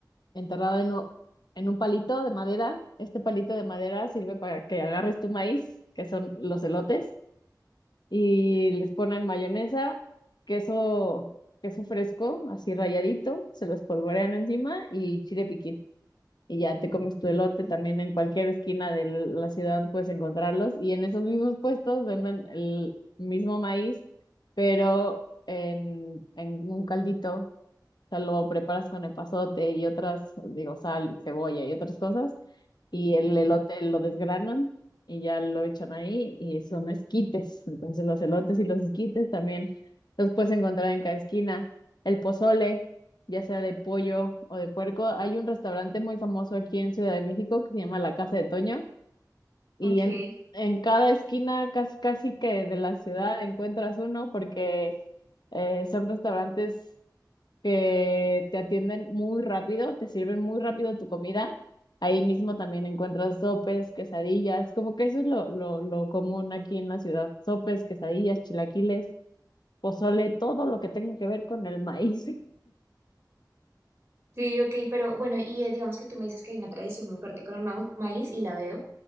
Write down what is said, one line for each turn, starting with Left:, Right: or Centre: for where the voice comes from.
Left: enterrada en, u- en un palito de madera. Este palito de madera sirve para que agarres tu maíz, que son los elotes, y les ponen mayonesa, queso, queso fresco, así rayadito, se lo espolvorean encima y chile piquín y ya te comes tu elote
Right: Sí.
Left: también en cualquier esquina de la ciudad puedes encontrarlos y en esos mismos puestos venden el mismo maíz, pero en, en un caldito o sea, lo preparas con epazote y otras, digo, sal y cebolla y otras cosas. Y el elote lo desgranan y ya lo echan ahí y son esquites. Entonces los elotes y los esquites también los puedes encontrar en cada esquina. El pozole, ya sea de pollo o de puerco. Hay un restaurante muy famoso aquí en Ciudad de México que se llama La Casa de Toño y
Right: Ok,
Left: en, en cada esquina casi casi que de la ciudad encuentras uno porque eh, son restaurantes que te atienden muy rápido, te sirven muy rápido tu comida. Ahí mismo también encuentras sopes, quesadillas, como que eso es lo, lo, lo común aquí en la ciudad. Sopes, quesadillas, chilaquiles, pozole, todo lo que tenga que ver con el maíz.
Right: sí, ok, pero bueno, y eh, digamos que tú me dices que hay una tradición muy fuerte con el mau- maíz y la veo,